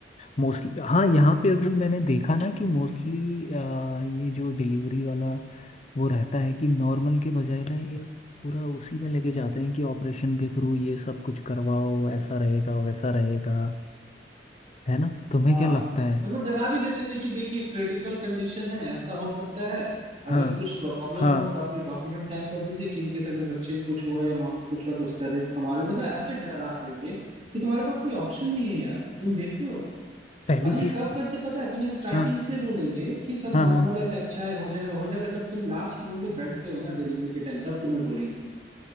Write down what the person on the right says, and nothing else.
हाँ
और वो डरा भी देते थे कि देखिए क्रिटिकल कंडीशन है ऐसा हो सकता है अगर
कुछ प्रॉब्लम
हुआ तो आप ये डॉक्यूमेंट साइन कर दीजिए कि इनकेस अगर बच्चे को कुछ हुआ या माँ को कुछ हुआ तो उसका रिस्क हमारे मतलब ऐसे डरा देंगे कि तुम्हारे पास कोई ऑप्शन नहीं है यार तुम देखते हो
और ये
कब करते पता है तुम्हें स्टार्टिंग
से बोलेंगे कि सब
नॉर्मल
है अच्छा है हो जाएगा हो जाएगा जब तुम लास्ट रूम पे बेड पे हो ना डिलीवरी के टाइम तब तुम्हें बोलेंगे